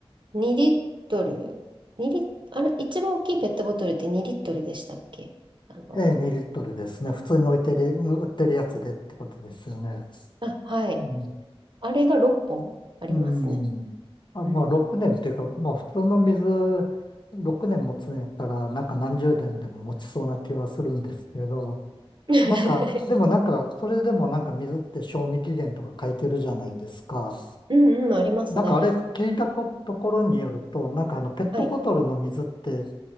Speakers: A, on the right (about 55°); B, on the left (about 50°).
A: 2リットル、2リ、あれ、一番大きいペットボトルって2リットルでしたっけあの、
B: い。ええ、2リットルですね。普通に置いてる、売ってるやつでってことですよね。
A: あ、はい。
B: うん。
A: あれが6本ありますね。
B: うん。あ、
A: うん。
B: まあ、6年っていうか、まあ、普通の水、6年持つんやったら、なんか何十年でも持ちそうな気はするんですけど、
A: <laughs>
B: なんか、でもなんか、それでもなんか水って賞味期限とか書いてるじゃないですか。
A: うんうん、ありますね。
B: なんかあれ聞いたこところによると、なんかあの、ペットボトルの水って、
A: はい。